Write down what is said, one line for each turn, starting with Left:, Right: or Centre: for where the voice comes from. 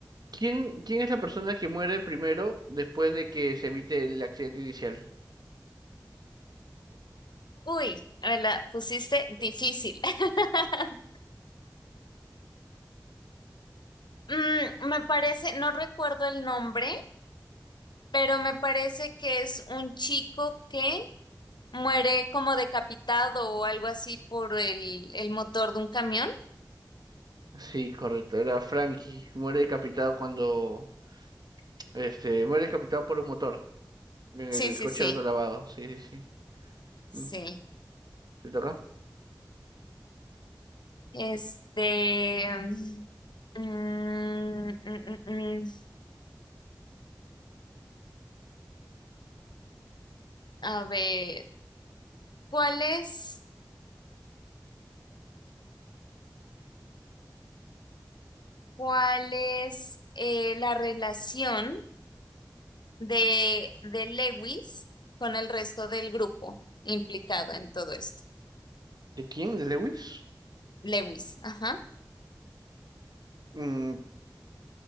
Right: ¿Quién, quién es la persona que muere primero después de que se evite el accidente inicial?
Left: Uy, me la pusiste difícil. <laughs> Mm, me parece, no recuerdo el nombre, pero me parece que es un chico que muere como decapitado o algo así por el, el motor de un camión.
Right: Sí, correcto, era Frankie. Muere decapitado cuando, este, muere decapitado por un motor en el
Left: Sí, sí,
Right: coche
Left: sí.
Right: autolavado. Sí, sí, sí.
Left: Sí.
Right: Mm, ¿Le toca?
Left: Este, mm, mm, mm, mm. a ver, ¿cuál es, cuál es eh, la relación de, de Lewis con el resto del grupo implicado en todo esto?
Right: ¿De quién? ¿De Lewis?
Left: Lewis, ajá.
Right: Mm,